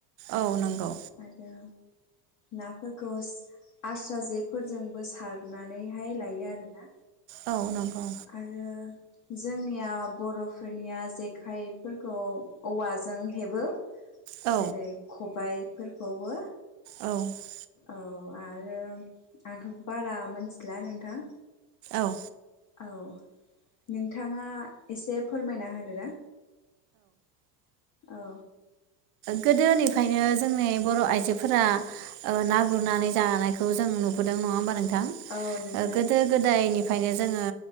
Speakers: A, on the right; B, on the left.
A: औ नंगौ
B: आरो नाफोरखौ आस्रा जेफोरजोंबो सारनानैहाय लायो आरोना।
A: औ नंगौ
B: आरो जोंनिया बर'फोरनिया जेखाइफोरखौ औवाजों हेबो।
A: औ
B: जेरै खबाइफोरखौबो
A: औ
B: औ आरो आंथ बारा मिथिला नोंथां।
A: औ
B: औ नोंथाङा एसे फोरमायना होदो ना? औ
A: गोदोनिफ्रायनो जोंनि बर आइजोफोरा ओ ना गुरनानै जानायखौ जों नुबोदों नङा होमबा नों थां
B: औ नोंथां
A: ओ गोदो गोदायनि। बेखायनो जोङो